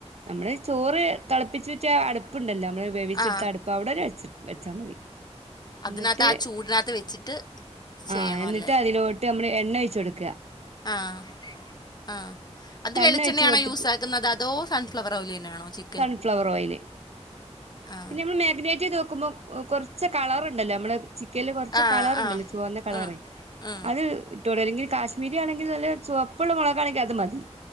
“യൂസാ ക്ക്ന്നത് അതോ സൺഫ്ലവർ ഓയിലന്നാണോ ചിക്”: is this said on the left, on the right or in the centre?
Left